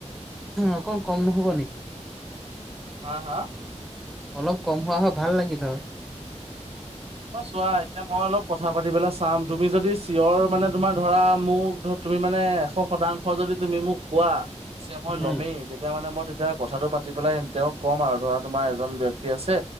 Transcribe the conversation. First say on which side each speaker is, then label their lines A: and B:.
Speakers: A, in the centre; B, on the right.
A: অকণ কম নহ'ব নেকি?
B: হা হা
A: অলপ কম হোৱা হয় ভাল লাগিল হয়।
B: অ চোৱা এতিয়া মই অলপ কথা পাতি পেলাই চাম তুমি যদি চিঞৰ মানে তোমাৰ ধৰা মোক তুমি মানে এশ শতাংশ যদি তুমি মোক কোৱা যে মই
A: হুম।
B: ল'মেই তেতিয়া মানে মই এতিয়া কথাটো পাতি পেলাই তেওঁক ক'ম আৰু ধৰা তোমাৰ এজন ব্যক্তি আছে